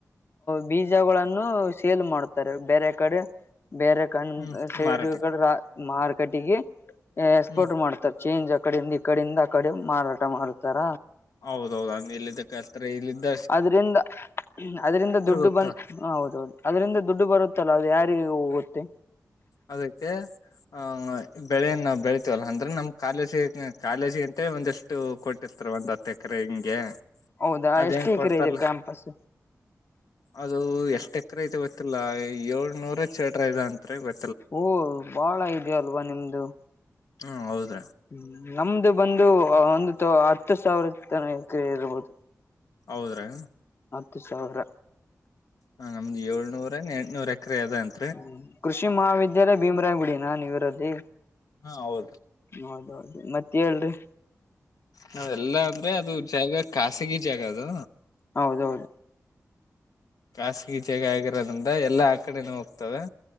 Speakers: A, on the left (about 45°); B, on the left (about 85°).
A: ಬೀಜಗಳನ್ನು ಸೇಲ್ ಮಾಡ್ತಾರೆ ಬೇರೆ ಕಡೆ ಬೇರೆ ಕಂಡ್
B: ಹ್ಮ್
A: ಸೈಡ್
B: ಮಾರಾಟ
A: ಮಾರ್ಕಟ್ಟಿಗೆ ಎಕ್ಸ್ಪೋರ್ಟ್
B: ಹ್ಮ್
A: ಮಾಡ್ತಾರೆ ಚೇಂಜ್ ಅಕಡಿಂದ ಈ ಕಡಿಂದ ಆಕಡೆ ಮಾರಾಟ ಮಾಡತಾರ
B: ಹೌದೌದು ಹಂಗ ಇ ಇದಕ್ಕೆ ಹತ್ರ ಇಲ್ಲ ಇದ್ದ
A: ಅದ್ರಂದ ಅದರಿಂದ ದುಡ್ಡು
B: ಹೋಗ್ತಾವ
A: ಬಂದ ಹ ಹೌದೌದು ಅದರಿಂದ ದುಡ್ಡು ಬರುತ್ತಲ್ಲ ಅದು ಯಾರಿಗ ಹೋಗುತ್ತೆ
B: ಅದಕ್ಕೆ ಆ ಬೆಳೆಯನ್ನ ನಾವು ಬೆಳತೀವಲ್ಲ ಅಂದ್ರೆ ನಮ್ ಕಾಲೇಜಿ ಕಾಲೇಜಿ ಅಂತೇಳ ಒಂದಿಷ್ಟು ಕೊಟ್ಟಿರ್ತಾರೆ ಒಂದ್ ಹತ್ತು ಎಕರೆ ಹಿಂಗ- ಗೆ
A: ಹೌದಾ
B: ಅದೇಂಗ
A: ಎಷ್ಟು ಎಕರೆ
B: ಕೊಡ್ತಾರಲ್ಲ-
A: ಇದೆ ಕ್ಯಾಂಪಸ್
B: ಅದು ಎಷ್ಟ್ ಎಕರೆ ಐತೆ ಗೊತ್ತಿಲ್ಲ ಏಳ್ನೂರ ಚ ಎಡ್ರ ಇದ ಅಂ್ರ ಗ-
A: ಓಹ ಬಾಳ ಇದ ಅಲ್ವಾ ನಿಮ್ದು-
B: ಹ್ಮ ಹೌದ್ರೀ
A: ಹ್ಮ ನಮ್ದು ಬಂದು ಒಂದು ಹತ್ತು ಸಾವಿರ ತನ ಎಕರೆ ಇರ್ಬಹದು.
B: ಹೌದ್ರಾ
A: ಹತ್ತು ಸಾವಿರ
B: ಹಾ ನಮ್ದ್ ಏಳ್ನೂರ ಅನ್ ಎಂಟ್ನೂರ ಎಕರೆ ಎ ಅದ ಅಂತ
A: ್ಮ ಕೃಷಿ ಮಹಾವಿದ್ಯಾಲಯ ಭೀಮರಾಯ ಗುಡಿನ ನೀವರದಿ.
B: ಹಾ ಹೌದು
A: ಹೌದೌದು ಮತ್ತತ್ ಹೇಳ್ರರಿ
B: ನಾವಲ್ಲಾ ಅಂದ್ರೆ ಅದು ಜಾಗ ಖಾಸಗಿ ಜಾಗ ಅದು
A: ಹೌದೌದು
B: ಖಾಸಗಿ ಜಾಗ ಆಗಿರೋದ್ರಿಂದ ಎಲ್ಲಾ ಆ ಕಡೆನ ಹೋಗ್ತವೆ